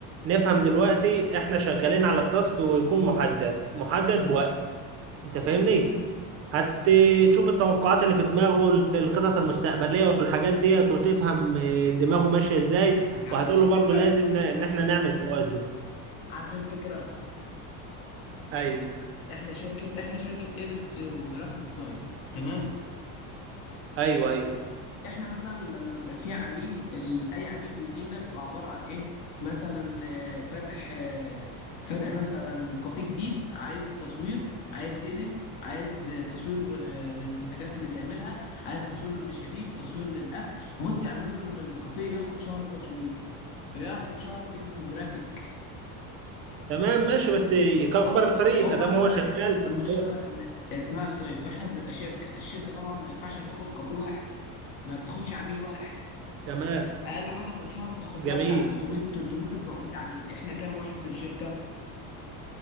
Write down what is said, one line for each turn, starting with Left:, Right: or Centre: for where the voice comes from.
Right: نفهم دلوقتي احنا شغالين على التاسك ويكون محدد محدد بوقت انت فاهمني هتشوف التوقعات اللي في دماغه للخطط المستقبلية والحاجات ديت وتفهم آه، دماغه ماشية ازاي
Left: انت عارف
Right: وهتقول
Left: ايه
Right: له
Left: الفكره
Right: برضو لازم ن- ان احنا نعمل توازن
Left: عارف ايه الفكره
Right: ايوه
Left: احنا شركه احنا شركه اديت وجرافيك ديزاين تمام
Right: ايوه ايوه
Left: احنا مثلا لما بيبقى في عميل ال... اي عميل بيجي لنا بيبقى عباره عن ايه مثلا آه، فاتح آه، فاتح مثلا كافيه جديد عايز تصوير عايز اديت عايز آه، تصوير آه، للمنتجات اللي بيعملها عايز تصوير للمشاريب تصوير للاكل بص يعني ممكن الكافيه ياخد شهر تصوير ياخد شهر اديت وجرافيك
Right: تمام ماشي بس يكبر
Left: انت واصل لك
Right: الفريق
Left: هو بقى
Right: ادام
Left: بيبقى
Right: هو شغال
Left: عايز المشكله
Right: هو
Left: بقى ان اسمعني طيب واحنا بنبقى شركه الشركه طبعا ما ينفعش تاخد كافيه واحد ما بتاخدش عميل واحد
Right: تمام
Left: اقل حاجه في الشهر بتاخد
Right: جميل
Left: لها بتاع 300 300 400 عميل احنا كام واحد في الشركه